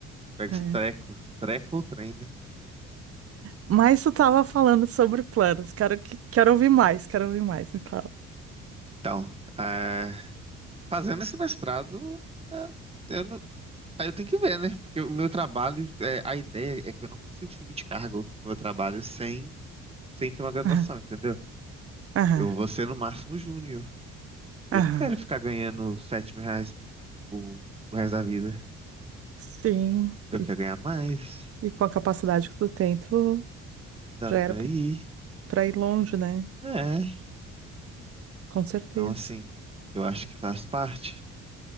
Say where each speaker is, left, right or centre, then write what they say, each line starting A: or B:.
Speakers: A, on the right; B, on the right.
A: Pega
B: É.
A: esse treco, treco ou trem, né?
B: Mas tu tava falando sobre planos. Quero, que- quero ouvir mais, quero ouvir mais, me fala.
A: Então, é, fazendo esse mestrado, é, eu não- aí eu tenho que ver, né? Porque o meu trabalho, é, a ideia é que eu não consigo subir de cargo no meu trabalho sem, sem ter uma graduação,
B: Aham,
A: entendeu?
B: aham,
A: Eu vou ser no máximo júnior. E
B: aham.
A: Eu não quero ficar ganhando sete mil reais o, o resto da vida.
B: Sim,
A: Eu
B: e,
A: quero ganhar mais,
B: e com a capacidade que tu tem, tu
A: dá
B: já
A: pra
B: era pra
A: ir.
B: pra ir longe, né?
A: É.
B: Com certeza.
A: Então, assim, eu acho que faz parte.